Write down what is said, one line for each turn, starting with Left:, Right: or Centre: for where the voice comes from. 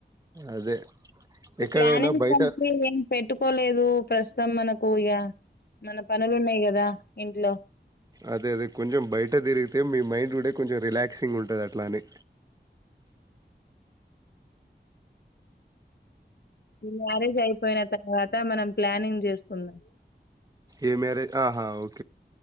Right: అదే.
Left: ఈ
Right: ఎక్కడైనా
Left: ఫ్నానేన్
Right: బయట
Left: కంపెనీ ఏం పెట్టుకోలేదు, ప్రస్తుతం మనకు ఇగ. మన పనులు ఉన్నాయి గదా ఇంట్లో.
Right: అదే అదే కొంచం బయట తీరిగితే, మీ మైండ్. టుడే కొంచం రిలాక్సింగ్ ఉంటంది, అట్లా అని.
Left: ఈ మ్యారేజ్ అయిపోయిన తర్వాత, మనం ప్లానింగ్ జెసుకుందాం.
Right: ఏ మ్యారేజ్ ఆహా ఓ.